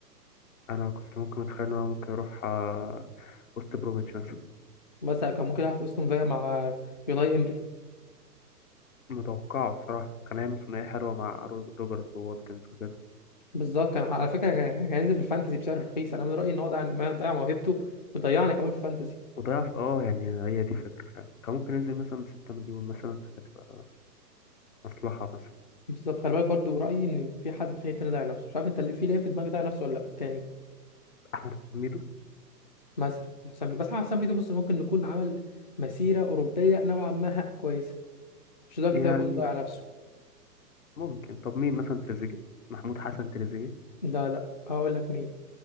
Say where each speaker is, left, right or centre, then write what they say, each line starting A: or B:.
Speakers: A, on the left; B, on the left.
A: أنا كنت ممكن أتخيل إن هو ممكن يروح آه، وست بروميتش مثلا
B: مثلا كان ممكن يلعب في استون فيا مع آه، يوناي امري
A: متوقعه بصراحة كان هيعمل ثنائية حلوة مع رو- روجرز وواتكنز وكده
B: بالظبط كان على فكره كان كان هينزل في الفانتزي بسعر رخيص انا من رايي ان هو ضيع ما ضيع موهبته وضيعنا كمان في الفانتزي
A: وضيع في اه يعني هي دي فكرة فعلا كان ممكن ينزل مثلا بستة مليون مثلا فكانت تبقى مصلحة مثلا
B: بالظبط خلي بالك برضو رايي ان في حد في تاني ضيع نفسه مش عارف انت اللي في ليه في دماغك ضيع نفسه ولا لا تاني
A: أحمد حسن ميدو
B: مثلا حسام ميدو بس حسام ميدو بص ممكن نكون عمل مسيره اوروبيه نوعا ما ها كويسه مش لدرجه
A: يعني
B: إنه يكون ضيع نفسه
A: ممكن طب مين مثلا تريزيجيه محمود حسن تريزيجيه
B: لا لا هقول لك مين